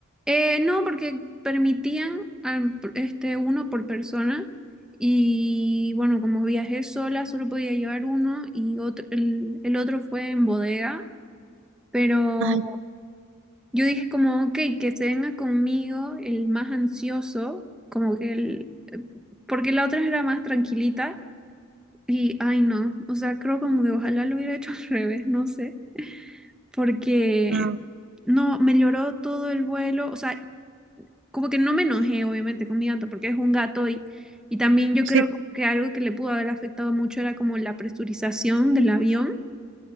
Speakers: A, in the centre; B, on the right.
A: Eh, no, porque permitían al- este, uno por persona y bueno, como viajé sola, solo podía llevar uno y otro, el, el otro fue en bodega, pero
B: Ay,
A: yo dije como, ok, que se venga conmigo el más ansioso, como que el, porque la otra era más tranquilita y, ay no, o sea, creo como que ojalá lo hubiera hecho al <laughs> revés, no sé, porque...
B: ah,
A: No, me lloró todo el vuelo, o sea, como que no me enojé, obviamente, con mi gato, porque es un gato y, y también yo
B: sí,
A: creo como que algo que le pudo haber afectado mucho era como la presurización del avión,